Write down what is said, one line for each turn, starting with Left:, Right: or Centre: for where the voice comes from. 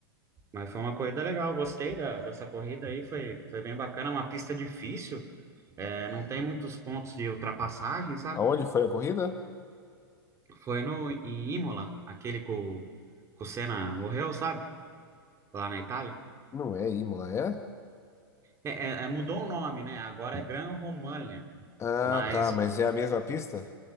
Right: mas foi uma corrida legal, gostei da- dessa corrida aí, foi, foi bem bacana, é uma pista difícil, é, não tem muitos pontos de ultrapassagem, sabe?
Left: Aonde foi a corrida?
Right: Foi no em Imola, aquele que o, que o Senna morreu, sabe? Lá na Itália.
Left: Não é Imola, é?
Right: É- é- é, mudou o nome, né? Agora é Gran Romagna.
Left: Ah,
Right: Mas
Left: tá, mas é a mesma pista?